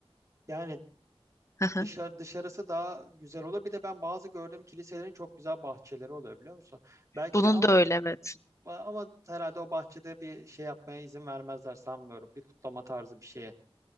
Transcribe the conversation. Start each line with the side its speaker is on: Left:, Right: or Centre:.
Right: Yani
Left: <laughs>
Right: dışarı, dışarısı daha güzel olur. Bir de ben bazı gördüğüm kiliselerin çok güzel bahçeleri oluyor biliyor musun? Belki
Left: Bunun
Right: ama
Left: da öyle evet.
Right: ama herhalde o bahçede bir şey yapmaya izin vermezler sanmıyorum. Bir kutlama tarzı bir şeye.